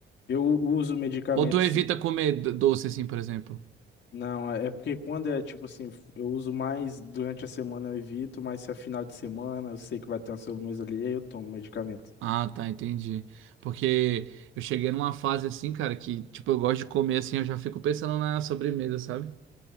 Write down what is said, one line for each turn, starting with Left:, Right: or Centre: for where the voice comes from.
Left: Eu uso medicamento,
Right: Ou tu evita
Left: sim.
Right: comer do- doce, assim, por exemplo?
Left: Não, é é porque quando é tipo assim, eu uso mais durante a semana, eu evito, mas se é final de semana, eu sei que vai ter uma sobremesa ali, aí eu tomo medicamento.
Right: Ah, tá, entendi. Porque eu cheguei numa fase assim, cara, que, tipo, eu gosto de comer assim, eu já fico pensando na sobremesa, sabe?